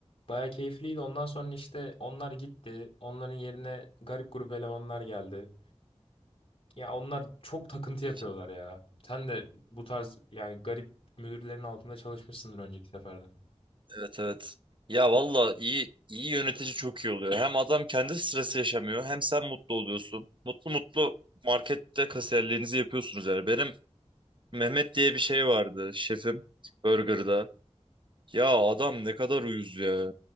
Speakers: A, on the left; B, on the right.
A: Baya keyifliydi. Ondan sonra işte onlar gitti. Onların yerine garip grup elemanlar geldi. Ya onlar çok takıntı
B: Kötü.
A: yapıyorlar ya. Sen de bu tarz yani garip müdürlerin altında çalışmışsındır önceki seferde.
B: Evet evet. Ya valla iyi iyi yönetici çok iyi oluyor. Hem adam kendi stresi yaşamıyor hem sen mutlu oluyorsun. Mutlu mutlu markette kasiyerliğinizi yapıyorsunuz yani. Benim Mehmet diye bir şey vardı şefim Burger'da. Ya adam ne kadar uyuz ya.